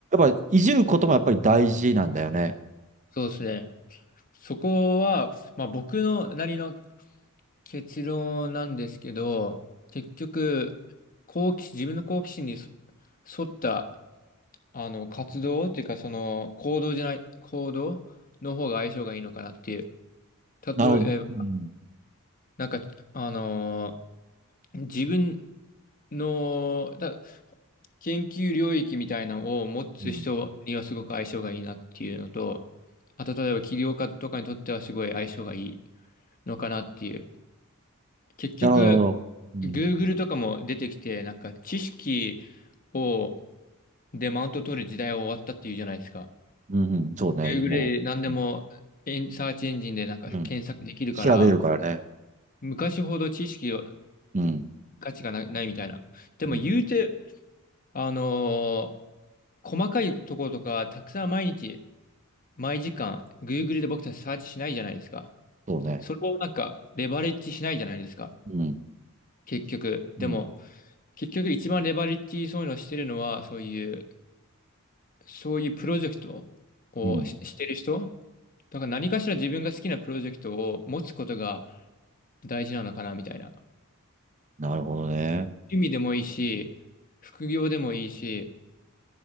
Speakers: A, on the right; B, on the left.
A: っぱいじることもやっぱり大事なんだよね。
B: そうですね。そこは、まあ、僕のなりの結論なんですけど、結局、好奇心、自分の好奇心にそ沿った、あの、活動っていうか、その、行動じゃない、行動の方が相性がいいのかなっていう。例えば、
A: なるほど。うん。
B: なんか、あのー自分の、だ、研究領域みたいなのを持つ人にはすごく相性がいいなっていうのと、
A: うん。
B: あと、例えば起業家とかにとってはすごい相性がいいのかなっていう。結局、
A: なるほど、なるほど。うん。
B: Google とかも出てきて、なんか知識を、でマウント取る時代は終わったっていうじゃないですか。
A: うん、うん、そうね、
B: Google
A: もう、
B: で何でもエン、サーチエンジンでなんか検索できるから、
A: うん調べるからね。
B: 昔ほど知識を、
A: うん。
B: 価値がな、ないみたいな。でも言うて、
A: うん。
B: あのー細かいところとか、たくさん毎日、毎時間、Google で僕たちサーチしないじゃないですか。
A: そうね。
B: それをなんか、レバレッジしないじゃないですか。
A: うん。
B: 結局。でも、
A: うん。
B: 結局一番レバレッジそういうのをしてるのは、そういう、そういうプロジェクトをし、
A: うん。
B: してる人だから何かしら自分が好きなプロジェクトを持つことが大事なのかな、みたいな。
A: なるほどね。
B: 趣味でもいいし、
A: うん。
B: 副業でもいいし、